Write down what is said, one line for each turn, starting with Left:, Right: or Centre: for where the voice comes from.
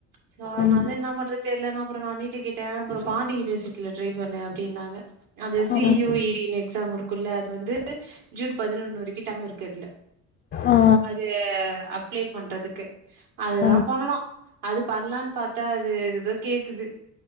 Right: சோ அதனால
Left: ம்
Right: என்ன பண்றது தெரில அப்புறம் நா அண்ணிட கேட்ட அப்புறம் பாண்டி யூனிவர்சிட்டியில ட்ரை பண்ணே அப்படின்னாங்க அந்த சி
Left: ஆ
Right: யூ இ எக்ஸாம் இருக்குலா அது வந்து ஜூன் பதினொன் வரைக்கும் டைம் இருக்கு அதுல
Left: ஆ
Right: அது அப்ளை பண்றதுக்கு அதுதா
Left: ஆ ம்
Right: பண்ணும் அது பண்ணலாம்னு ப்த்தா அது ஏதோ கேக்குது